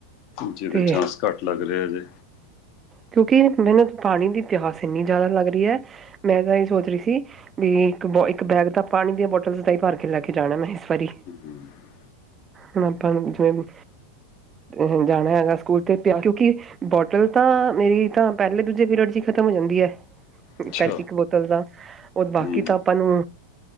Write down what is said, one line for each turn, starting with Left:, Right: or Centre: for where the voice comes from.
Left: ਜਿਹਦੇ
Right: ਤੇ
Left: ਚਾਂਸ ਘੱਟ ਲੱਗ ਰਹੇ ਹਜੇ।
Right: ਕਿਉਂਕਿ ਮੈਨੂੰ, ਪਾਣੀ ਦੀ ਪਿਆਸ, ਇੰਨੀ ਜ਼ਿਆਦਾ ਲੱਗ ਰਹੀ ਹੈ, ਮੈਂ ਤਾਂ ਇਹ ਸੋਚ ਰਹੀ ਸੀ। ਵੀ, ਇੱਕ ਬ, ਇੱਕ ਬੈਗ ਤਾਂ, ਪਾਣੀ ਦੀਆਂ ਬੋਟਲ ਦਾ ਹੀ ਭਰ ਕੇ ਲੈ ਕੇ ਜਾਣਾ, ਮੈਂ ਇਸ ਵਾਰੀ।
Left: <unintelligible>
Right: ਹੁਣ, ਆਪਾਂ ਨੂੰ ਜਿਵੇਂ ਅ, ਜਾਣਾ ਹੈਗਾ ਸਕੂਲ ਤੇ, ਪਿਆ ਕਿਉਂਕਿ ਬੋਟਲ ਤਾਂ ਮੇਰੀ, ਤਾਂ, ਪਹਿਲੇ ਦੂਜੇ ਪੀਰੀਅਡ ਚ ਹੀ ਖ਼ਤਮ ਹੋ ਜਾਂਦੀ ਹੈ।
Left: ਅੱਛਾ
Right: ਪੈੰਤੀ ਕ ਬੋਤਲ ਦਾ, ਉਹ ਬਾਕੀ
Left: ਹੂੰ
Right: ਤਾਂ ਆਪਾਂ ਨੂੰ